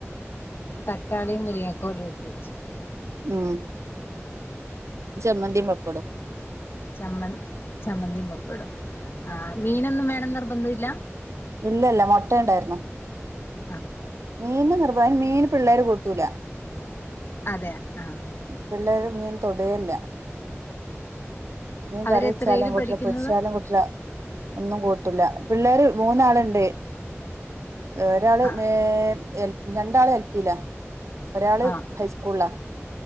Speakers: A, on the left; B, on the right.
A: തക്കാളി മുരിങ്ങ കോല് ഇട്ടുവെച്ചു
B: ഉം ചമ്മന്തിയും പപ്പടും
A: ചമ്മന് ചമ്മന്തിയും പപ്പടും ആഹ് മീനൊന്നും വേണോന്നു നിർബന്ധമില്ല
B: ഇല്ല ഇല്ല മുട്ടയുണ്ടായിരുന്നു
A: ആഹ്
B: മീൻ നിർഭായന് മീന് പിള്ളേര് കൂട്ടൂല
A: അതെ ആഹ്
B: പിള്ളേര് മീൻ തൊടയെയില്ല മീൻ
A: അവരെത്രയില്
B: കറിവെച്ചാലും കൂട്ടില്ല
A: പഠിക്കുന്നത്
B: പൊരിച്ചാലും കൂട്ട ട്ടില്ല ഒന്നും കൂട്ടില്ല പിള്ളേര് മൂന്നാളുണ്ട് ഒരാള്
A: ആഹ്
B: ഏഹ് രണ്ടാള് എൽപയിലാ ഒരാള്
A: ആഹ്
B: ഹൈസ്കൂളിലാ